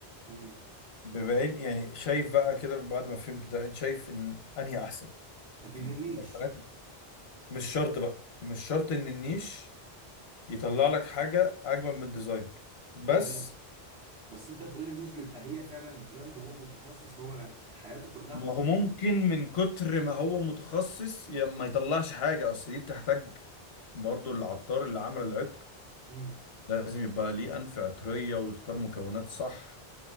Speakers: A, on the right; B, on the left.
A: امم
B: بما ان يعني شايف بقى كده بعد ما فهمت ده انت شايف ان انهي احسن
A: اكيد
B: إن
A: النيش
B: برفانات مش شرط بقى مش شرط ان النيش يطلع
A: امم
B: لك حاجة اجمل من الديزاينر بس
A: ايه ده بس انت بتقول النيش بيبقى هي فعلا براند هو متخصص هو بيع- حياته كلها
B: ما
A: حدود
B: هو ممكن من كتر ما هو متخصص يا- ما يطلعش حاجة أصل دي بتحتاج برضو العطار اللي عمل العطر
A: امم
B: لازم يبقى ليه أنف عطرية ويختار مكونات صح